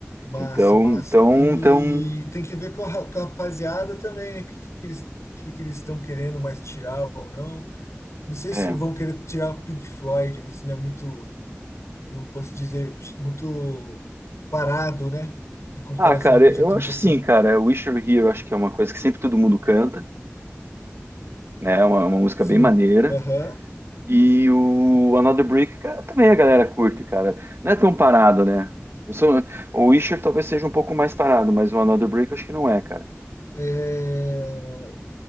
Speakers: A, on the left; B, on the right.
A: Massa,
B: Então,
A: massa.
B: então,
A: E
B: então,
A: tem que ver com a, ra- com a rapaziada também, né? O que, que eles, que, que eles estão querendo mais tirar ou não. Não sei
B: é.
A: se vão querer tirar o Pink Floyd, né? Se não é muito, como eu posso dizer, muito parado, né? Em comparação
B: Ah, cara,
A: ao que já
B: eu
A: estão
B: acho
A: tocando.
B: assim, cara, Wish You Were Here, eu acho que é uma coisa que sempre todo mundo canta, né? É uma, uma música
A: Sim,
B: bem maneira.
A: aham.
B: E o Another Brick, cara, também a galera curte, cara. Não é tão parado, né? Não são- O Wisher talvez seja um pouco mais parado, mas o Another Brick eu acho que não é, cara.
A: É,